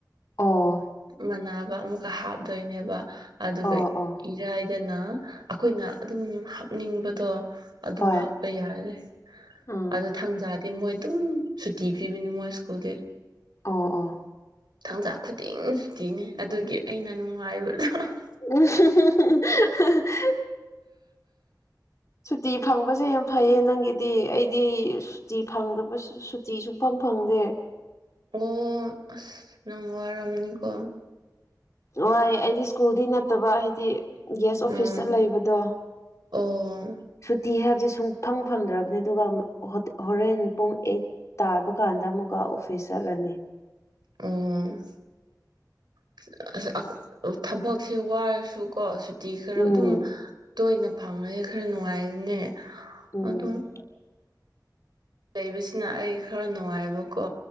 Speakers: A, on the left; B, on the right.
A: ꯑꯣ
B: ꯃꯅꯥꯕ ꯑꯃꯨꯛꯀ ꯍꯥꯞꯇꯣꯏꯅꯦꯕ ꯑꯗꯨꯒ
A: ꯑꯣ ꯑꯣ
B: ꯏꯔꯥꯏ ꯗꯅ ꯑꯈꯣꯏꯅ ꯑꯗꯨꯝ ꯍꯥꯞꯅꯤꯡꯕꯗꯣ ꯑꯗꯨꯝ
A: ꯍꯣꯏ
B: ꯍꯥꯞꯄ ꯌꯥꯔꯦ
A: ꯎꯝ
B: ꯑꯗꯨ ꯊꯥꯡꯖꯥꯗꯤ ꯃꯣꯏ ꯗꯨꯝ ꯁꯨꯇꯤ ꯄꯤꯕꯅꯤ ꯃꯣꯏ ꯁ꯭ꯀꯨꯜꯗꯤ
A: ꯑꯣ ꯑꯣ
B: ꯊꯥꯡꯖꯥ ꯈꯨꯗꯤꯡ ꯁꯨꯇꯤꯅꯦ ꯑꯗꯨꯒꯤ ꯑꯩꯅ ꯅꯨꯡꯉꯥꯏꯕꯗꯣ <unintelligible>
A: <unintelligible> <unintelligible> ꯁꯨꯇꯤ ꯐꯪꯕꯁꯦ ꯌꯥꯝ ꯐꯩꯌꯦ ꯅꯪꯒꯤ ꯗꯤ ꯑꯩꯗꯤ ꯁꯨꯇꯤ ꯐꯪꯗꯕ ꯁꯨ ꯁꯨꯇꯤ ꯁꯨꯡꯐꯪ ꯐꯪꯗꯦ
B: ꯑꯣ ꯑꯁ ꯅꯪ ꯋꯥꯔꯝꯃꯅꯤꯀꯣ
A: ꯋꯥꯌꯦ ꯑꯩꯗꯤ ꯁ꯭ꯀꯨꯜꯗꯤ ꯅꯠꯇꯕ ꯍꯥꯏꯗꯤ ꯒꯦꯁ ꯑꯣꯐꯤꯁꯇ
B: ꯎꯝ
A: ꯂꯩꯕꯗꯣ
B: ꯑꯣ
A: ꯁꯨꯇꯤ ꯍꯥꯏꯕꯖꯦ ꯁꯨꯡ ꯐꯪ ꯐꯪꯗ꯭ꯔꯕꯅꯤ ꯑꯗꯨꯒ ꯍꯣꯠ ꯍꯣꯔꯦꯟ ꯄꯨꯡ ꯑꯩꯠ ꯇꯥꯕ ꯀꯥꯟꯗ ꯑꯃꯨꯛ ꯀꯥ ꯑꯣꯐꯤꯁ ꯆꯠꯂꯅꯤ
B: ꯎꯝ <unintelligible> ꯊꯥꯕꯛꯁꯦ ꯋꯥꯔꯁꯨ ꯀꯣ ꯇꯤ ꯈꯔ
A: ꯎꯝ
B: ꯑꯗꯨꯝ ꯇꯣꯏꯅ ꯐꯪꯉꯗꯤ ꯈꯔ ꯅꯨꯡꯉꯥꯏꯕꯅꯦ
A: ꯎꯝ
B: ꯑꯗꯨꯝ ꯂꯩꯕꯁꯤꯅ ꯑꯩ ꯈꯔ ꯅꯨꯡꯉꯥꯏꯕ ꯀꯣ